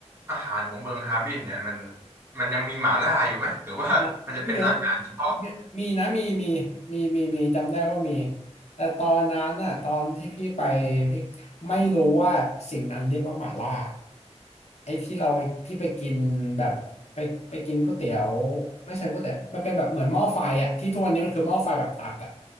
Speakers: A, on the right; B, on the left.
A: อาหารของเมืองฮาร์บินเนี่ยมันมันยังมีหม่าล่าอยู่ไหมหรือว่ามันจะเป็นอาหารเฉพาะ
B: ครับไม่เยอะเนี่ยมีนะ มี มี มี มี มี จำได้ว่ามี แต่ตอนนั้นน่ะตอนที่พี่ไปพี่ไม่รู้ว่าสิ่งนั้นเรียกว่าหม่าล่า ไอ้ที่เราที่ไปกินแบบไปไปกินก๋วยเตี๋ยวไม่เช่ก๋วยเตี๋ยวมันเป็นแบบเหมือนหม้อไฟอ่ะที่ทุกวันนี้มันคือหม้อไฟแบบตักอ่ะ